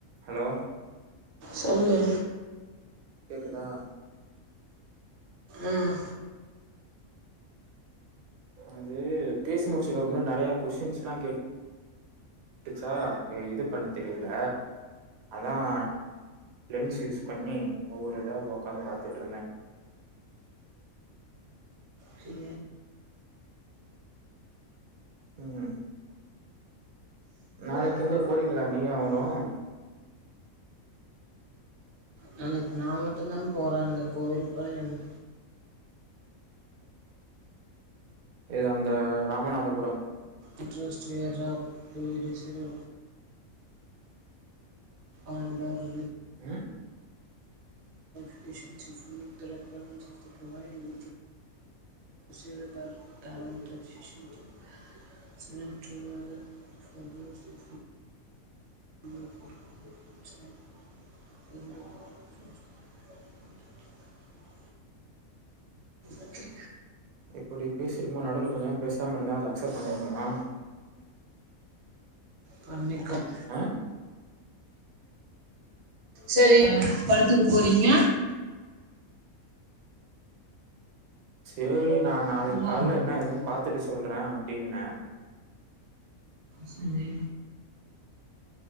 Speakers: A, on the right; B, on the right.
A: Hello
B: சொல்லு
A: கேக்குதா
B: உம்
A: அது பேசி முடிச்சுஅப்பறோம் நெறைய கொஸ்டின்ஸ் எல்லாம் கே கேட்டுச்சா இது பண்ண தெரியல அதான் லென்ஸ் யூஸ் பண்ணி ஒவ்வொரு இதாஉக்காந்து பாத்துட்டு இருந்தேன்
B: ச <inaudible>
A: உஹம் நாளைக்கு கூடப் போறீங்களா நீ அவனும்
B: நாளைக்கு நான் மட்டும்தான் போறன் அந்த கோவில் ப யானா
A: இது அந்த ராமநாதபுரம்
B: இன்ட்ரெஸ்ட் <unintelligible> அப்ளிகேஷன் ஆண்ட்ராய்ட்
A: ம்
B: <unintelligible> உ <unintelligible> <unintelligible> ஓகே
A: இப்படி பேசிருக்குக்கும் போது நடுவுவில கொஞ்சம் பேசாம இருந்தா அது அக்செப்ட் பண்ணிக்குமா
B: பண்ணிக்கும்
A: ஆஹ
B: செரி படத்துக்கு போறீங்க
A: செரி நான் நாளைக்கு
B: ஹலோ
A: கால என்ன ஏதுன்னு பா்த்துட்டு சொல்றே அப்படின்ன
B: செரி